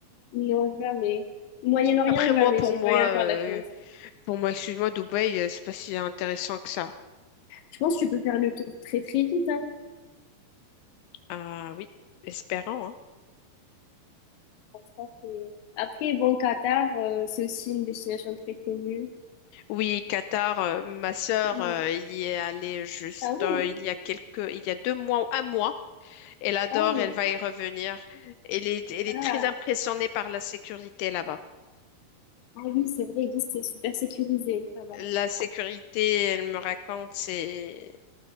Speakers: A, on the left; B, on the left.
A: non, jamais. Moyen-Orient,
B: Après,
A: jamais.
B: moi, pour
A: J'ai
B: moi,
A: pas eu encore
B: euh,
A: la chance.
B: pour moi, excuse-moi, Dubaï, euh, c'est pas si intéressant que ça.
A: Je pense que tu peux faire le tour très, très vite, hein.
B: Ah oui, espérant, hein.
A: Ça, c'est- Après, bon, Qatar, euh, c'est aussi une destination très connue.
B: Oui, Qatar, euh, ma sœur,
A: Mm.
B: euh, il y est allée juste,
A: Ah oui,
B: euh, il y a quelques, il y a deux mois ou un mois. Elle adore,
A: ah oui.
B: elle va y revenir. Elle est, elle
A: Ah,
B: est très impressionnée par la sécurité là-bas.
A: ah oui, c'est vrai, juste c'est super sécurisé là-bas.
B: La sécurité, elle me raconte, c'est,